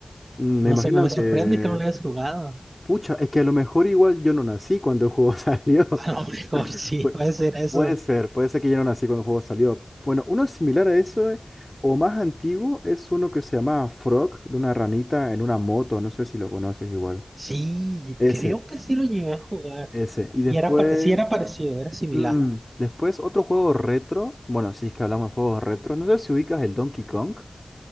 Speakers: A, on the left; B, on the right.
A: me
B: No
A: imagino
B: sé me
A: que...
B: sorprende que no lo hayas jugado.
A: Pucha, es que a lo mejor igual yo no nací cuando el juego <laughs> salió.
B: <laughs> A lo mejor sí,
A: Pu-
B: <laughs> va a ser eso.
A: puede ser, puede ser que ya no nací cuando el juego salió. Bueno, uno similar a eso, eh, o más antiguo, es uno que se llama Frog, de una ranita en una moto, no sé si lo conoces igual.
B: Sí,
A: Ese,
B: creo que sí lo llegué a jugar.
A: ese. Y después,
B: Y era, pare- sí era parecido, era similar.
A: mm, después otro juego retro, bueno, si es que hablamos de juegos retro, no sé si ubicas el Donkey Kong.